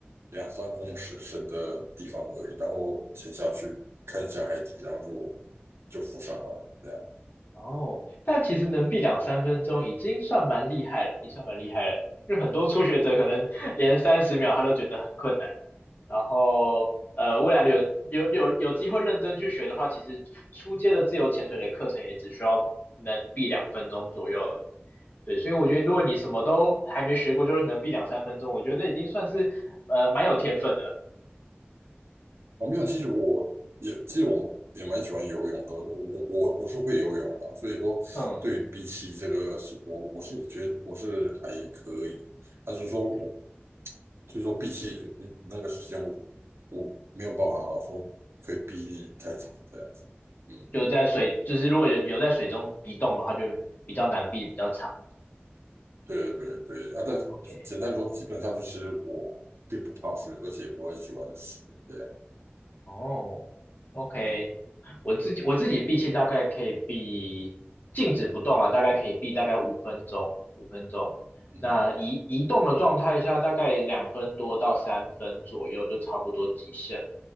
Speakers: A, on the right; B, on the left.
A: 两三公尺深的地方而已，然后潜下去看一下海底，然后就就浮上来了，这样。
B: 哦，但其实能避两三分钟已经算蛮厉害了，已经算蛮厉害了。因为很多初学者可能连三十秒他都觉得很困难。然后，呃，未来有有有有机会认真去学的话，其实初阶的自由潜水的课程也只需要能避两分钟左右而已。对，所以我觉得如果你什么都还没学过，就是能避两三分钟，我觉得已经算是呃蛮有天分的。
A: 我没有，其实我也其实我也蛮喜欢游泳的，我我我是会游泳的，所以说对比起这个是我我是觉得我是还可以，
B: 嗯，
A: 但是说我
B: 还可以。
A: 就是说比起那个时间我我没有办法说可以避太长这样子，嗯，
B: 就是在水，就是如果有有在水中移动的话，就比较难避，比较长。
A: 对对对啊，但是简单地说，
B: OK，
A: 基本上就是我并不怕水，而且我很喜欢水，对，
B: 哦，OK，
A: 嗯
B: 我自己我自己闭气大概可以闭，静止不动啊，大概可以闭大概五分钟，五分钟。
A: 嗯
B: 那移移动的状态下，大概两分多到三分左右就差不多极限了。